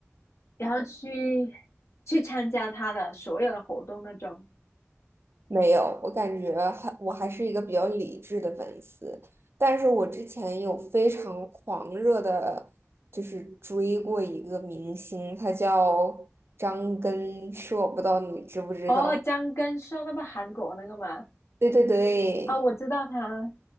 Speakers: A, on the left; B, on the right.
A: 然后去去参加他的所有的活动那种？
B: 没有，我感觉还我还是一个比较理智的粉丝，但是我之前有非常狂热的，就是追过一个明星，他叫张根硕，不知道你知不知道？
A: 哦，张根硕那不韩国那个吗？
B: 对对对，
A: 哦，我知道他，